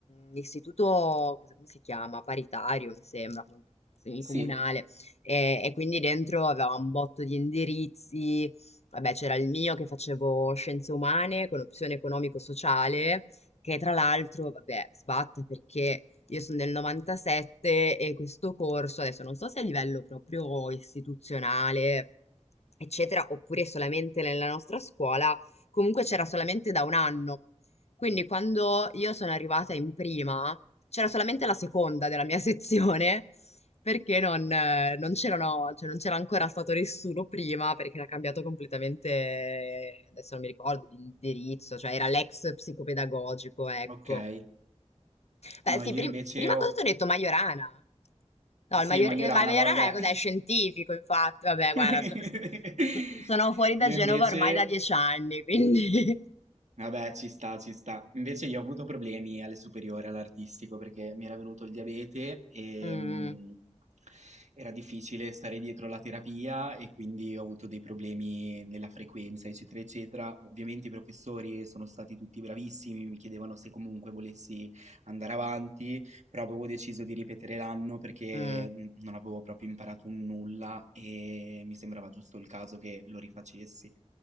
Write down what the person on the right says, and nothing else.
Sì,
okay.
Eh, No,
io
invece
ho
sì,
Majorana,
ma vabbè.
<laughs>
Io
invece
Vabbè, ci sta, ci sta. Invece io ho avuto problemi alle superiori, all'artistico, perché mi era venuto il diabete e
mm, era difficile stare dietro la terapia e quindi ho avuto dei problemi nella frequenza, eccetera, eccetera. Ovviamente i professori sono stati tutti bravissimi, mi chiedevano se comunque volessi andare avanti, però avevo deciso di ripetere l'anno perché
mm, non avevo proprio imparato un nulla e mi sembrava giusto il caso che lo rifacessi.